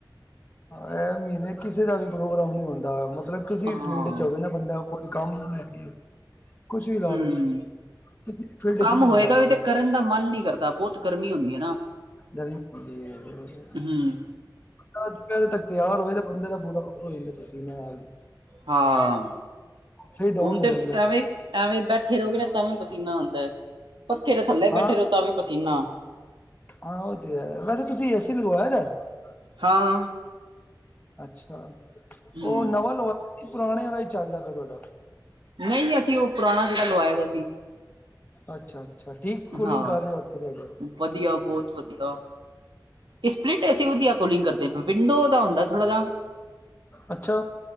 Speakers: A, on the left; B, on the right.
A: ਏਹ ਮਹੀਨੇ ਕਿਸੇ ਦਾ ਵੀ ਪ੍ਰੋਗਰਾਮ ਨਹੀਂ ਹੁੰ ਦਾ ਮਤਲਬ, ਕਿਸੀ ਵੀ
B: ਹਾਂ
A: ਫੀਲਡ ਇੱਚ ਹੋਵੇ ਨਾ ਬੰਦਾ, ਕੋਈ ਕੰਮ ਲੈ ਗਏ, ਕੁਛ ਵੀ ਲਾ
B: ਹਮ
A: ਲੋੋ। ਵੀ ਫਿਲਡ
B: ਕੰਮ
A: ਚ ਨਹੀਂ
B: ਹੋਏਗਾ
A: ਹੁੰਦਾ ਕੰਮ।
B: ਵੀ ਤੇ ਕਰਨ ਦਾ ਮਨ ਨਈ ਕਰਦਾ, ਬਹੁਤ ਗਰਮੀ ਹੁੰਦੀ ਹੈ ਨਾ।
A: ਗਰਮੀ ਹੂੰਦੀ ਏ।
B: ਹਮ
A: <unintelligible> ਤੱਕ ਤਿਆਰ ਹੋਏ ਤਾਂ ਬੰਦੇ ਦਾ ਬੁਰਾ ਹਾਲ ਹੋ ਜਾਂਦਾ ਪਸੀਨੇ ਨਾਲ ਜੀ।
B: ਹਾਂ,
A: ਫਿਰ ਡਾਊਨ
B: ਹੁਣ
A: ਹੋ
B: ਤੇ
A: ਜਾਂਦਾ ਹੈ।
B: ਐ ਵੇ ਐਵੇਂ ਈ ਬੈਠੇ ਰਹੋਗੇ ਨਾ, ਤਾਂ ਵੀ ਪਸੀਨਾ ਆਂਦਾ ਹੈ। ਪੱਥੇ ਦੇ ਥੱਲੇ
A: ਹਾਂ
B: ਬੈਠੇ ਰੋ, ਤਾਂ ਵੀ ਪਸੀਨਾ।
A: ਹਾਂ ਉਹ ਤੇ ਹੈ, ਵੈਸੇ ਤੁਸੀਂ ਏ ਸੀ ਲਗਵਾਇਆ ਦਾ
B: ਹਾਂ
A: ਏ। ਅੱਛਾ
B: ਹਮ
A: ਉਹ ਨਵਾਂ ਲਵਾ ਪੁਰਾਣੇ ਹੀ ਚੱਲਦਾ ਪਿਆ ਤੁਹਾਡਾ
B: ਨਹੀਂ ਅਸੀਂ ਉਹ ਪੁਰਾਣਾ ਜਿਹੜਾ ਲਵਾਇਆ ਦਾ ਸੀ।
A: ਅੱਛਾ ਅੱਛਾ ਠੀਕ ਕੂਲਿੰਗ
B: ਹਾਂ
A: ਕਰ ਰਿਹਾ ਉੱਥੇ ਤੁਹਾਡੇ
B: ਵਧੀਆ ਬਹੁਤ ਵਧੀਆ, ਸਪਲਿੰਟ ਐਸੀ ਵਧੀਆ ਕੋਲਿੰਗ ਕਰਦੇ ਨੇ, ਵਿੰਡੋ ਦਾ ਹੁੰਦਾ ਥੋੜਾ ਜਾ
A: ਅੱਛਾ